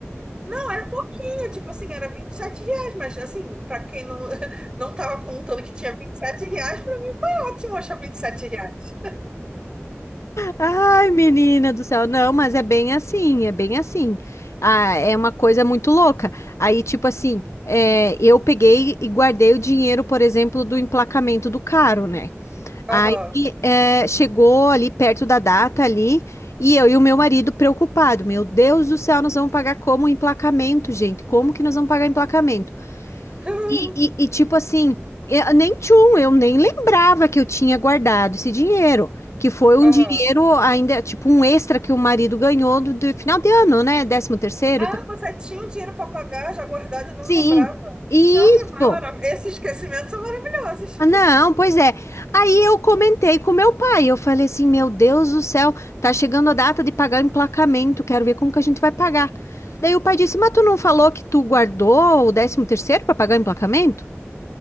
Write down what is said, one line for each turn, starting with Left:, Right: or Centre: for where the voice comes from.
Right: Não, era pouquinho, tipo assim, era 27 reais, mas assim, pra quem não, <laughs> não tava contando que tinha 27 reais, foi ótimo achar 27 reais.
Left: Ai, menina do céu, não, mas é bem assim, é bem assim. Ah, é uma coisa muito louca. Aí, tipo assim, é, eu peguei e guardei o dinheiro, por exemplo, do emplacamento do carro, né?
Right: Aham.
Left: Aí eh, chegou ali perto da data ali, e eu e o meu marido preocupado, meu Deus do céu, nós vamos pagar como emplacamento, gente? Como que nós vamos pagar emplacamento?
Right: <laughs>
Left: E, e- e, tipo assim, eu, nem tchum, eu nem lembrava que eu tinha guardado esse dinheiro, que foi um
Right: Aham.
Left: dinheiro ainda, tipo um extra que o marido ganhou do, do final de ano, né? Décimo terceiro
Right: Ah,
Left: e tal.
Right: você tinha o dinheiro para pagar já guardado e não
Left: Sim,
Right: lembrava.
Left: isso.
Right: Nossa, maravilhoso. Esses esquecimentos são maravilhosos.
Left: Ah, Não, pois é. Aí eu comentei com meu pai. Eu falei assim: Meu Deus do céu, tá chegando a data de pagar o emplacamento. Quero ver como que a gente vai pagar. Daí o pai disse: Mas tu não falou que tu guardou o décimo terceiro para pagar o emplacamento?